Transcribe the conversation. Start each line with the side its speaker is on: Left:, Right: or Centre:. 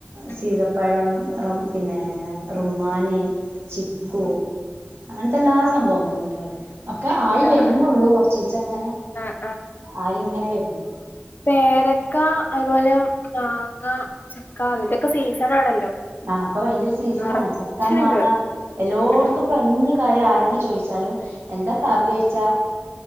Left: ഉം
Right: സീതപ്പഴം. റം, പിന്നെ റുമ്മാനി, ചിക്കൂ
Left: ഉം
Right: അങ്ങൻത്തെ എല്ലാ സംഭവങ്ങളും ഇണ്ട് ഇവിടെ. ഒക്കെ ആയി
Left: ആഹ്
Right: വെരുന്നുള്ളൂ
Left: ആഹ്
Right: കൊറച്ചീച്ചെ ഇങ്ങനെ
Left: ആഹ്
Right: ആയി ഇങ്ങനെ വെരുന്നു
Left: പേരക്കാ, അതുപോലെ മാങ്ങ ചക്ക അതിന്റെക്കെ സീസൺ ആണല്ലോ.
Right: ആഹ്, ഇപ്പൊ അയിന്റെ ഒരു സീസൺ
Left: നറച്ച്ണ്ട്
Right: ആണ് ചക്ക മാങ്ങ എല്ലോടത്തും
Left: ഉം
Right: ഇപ്പൊ എന്ത് കാര്യം ആരോട് ചോയിച്ചാലും എന്താ കറി ചോയിച്ചാ